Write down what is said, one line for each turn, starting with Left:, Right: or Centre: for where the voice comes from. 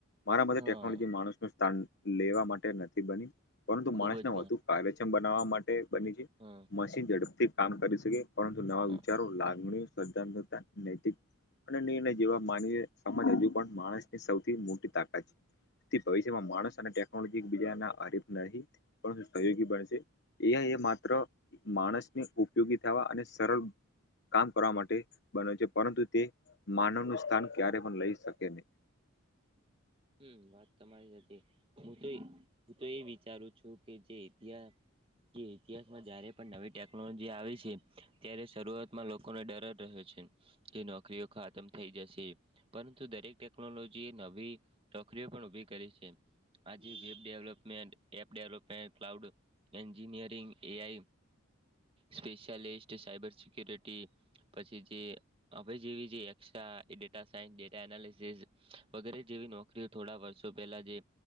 Left: મારા મતે
Right: હા
Left: ટેકનોલોજી માણસ નું સ્થાન લેવા માટે નથી બની પરંતુ
Right: ખુબ
Left: માણસને
Right: જ
Left: વધુ <unintelligible> બનાવવા માટે બની છે.
Right: હ
Left: મશીન ઝડપથી કામ કરી શકે પરંતુ નવા
Right: હા
Left: વિચારો લાગણીઓ ર્સ્પધાત્મકતા નૈતિક અને નિર્ણય જેવા માનવી સમાજ હજુ પણ માણસની સૌથી મોટી તાકાત છે. થી ભવિષ્યમાં માણસ અને ટેકનોલોજી એક બીજા હરીફ નહિં પરંતુ સહયોગી બનશે. એઆઈ એ માત્ર માણસને ઉપયોગી થવા અને સરળ કામ કરવા માટે બને છે પરંતુ તે માનવ નું સ્થાન ક્યારેય પણ લઈ શકે નહી.
Right: હમ્મ વાત તમારી સાચી હું તો હું તો એ વિચારું છું જે ઇતિહાસ જે ઇતિહાસમાં જયારે પણ નવી ટેક <unintelligible> આવી છે ત્યારે શરૂઆતમાં લોકોને ડરજ રહે છે જે નોકરીઓ ખાતમ થઈ જશે પરંતુ દરેક ટેકનોલોજી એ નવી નોકરીઓ પણ ઉભી કરી છે આજ web development, app development, cloud engineering, AI specialist cyber security, પછી જે હવે જેવી જે extra data science data analysis વગેરે જેવી નોક - કરીઓ થોડા વર્ષો પહેલાં જે